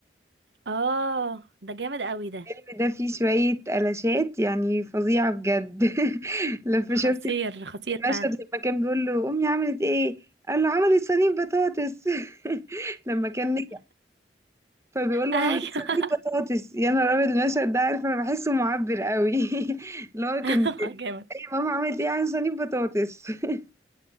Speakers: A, on the right; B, on the right.
A: اه ده جامد قوي ده
B: الفيلم ده فيه شويه قلاشات يعني فظيعه بجد <laughs> لما
A: خطير
B: شفتي
A: خطير
B: المشهد
A: فعلا
B: لما كان بيقول له امي عملت ايه قال له عملت صينيه بطاطس <laughs> لما كان نجح فبيقول له
A: <laughs> ايوه
B: عملت صينيه بطاطس يا نهار ابيض المشهد ده عارفه أنا بحسه معبر قوي <laughs> اللي هو
A: <laughs>
B: كنت
A: جامد
B: ايه ماما عملت ايه عن صينيه بطاطس <laughs>